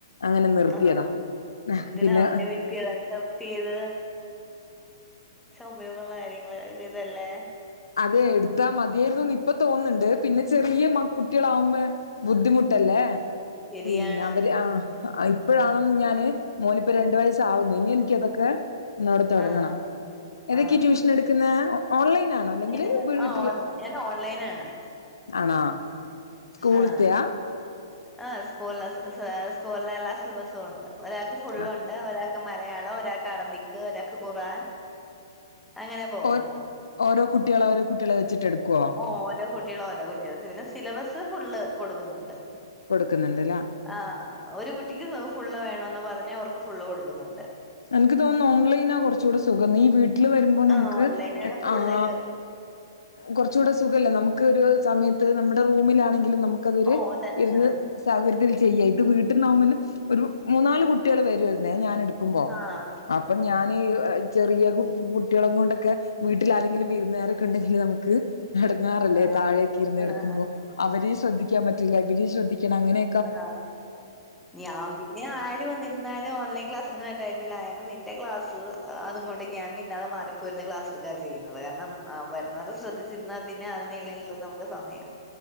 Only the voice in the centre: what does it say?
ആ എന്തിനാ
അവന വിട്ട. <unintelligible> കുറച്ച ഉപയോഗമുള്ള കാര്യങ്ങൾ ഇതല്ലേ
ശരിയാണ്
ആ
ആ
ഞാന്
ആ ഓൺ ഞാൻ ഓൺലൈനാണ്
ആ ആ സ്കൂള സ്കൂളിലെ എല്ലാ സിലബസും ഉണ്ട് ഒരാൾക്ക് ഫുള്ളും
ഉണ്ട്. ഒരാൾക്ക് മലയാളം ഒരാൾക്ക് അറബിക് ഒരാൾക്ക് ഖുറാൻ അങ്ങനെ പോകുന്നു.
ഓ ഓരോ കുട്ടികളും ഓരോ കുട്ടികൾ പിന്നെ സിലബസ് ഫുള്ള് കൊടുക്കുന്നുണ്ട്.
ആഹ ഒരു കുട്ടിക്ക് ഫുള്ള് വേണന്ന് പറഞ്ഞ് അവർക്ക് ഫുള്ള് കൊടുക്കുന്നുണ്ട്.
ആഹ് ഓൺലൈനാണ് കൂടുതല്
ഓ തന്നെ
ആഹ്
ആഹ്
ബുദ്ധിമുട്ട്
ആഹ്
ആഹ് ഞാൻ പിന്നെ ആര് വന്നി ഇരുന്നാലും ഓൺലൈൻ ക്ലാസ് തൊടങ്ങുന്ന ടൈമിലായാലും എന്റെ ക്ലാസ് അതും കൊണ്ട് ഞാൻ പിന്നാലെ മാറി രുന്ന് ക്ലാസ് എടുക്കാ ചെയ്യുന്നത് കാരണം വരുന്നവർ ശ്രദ്ധിച്ചിരുന്നൽ പിന്നെ അതിനെല്ലെ നമുക്ക് സമ യം.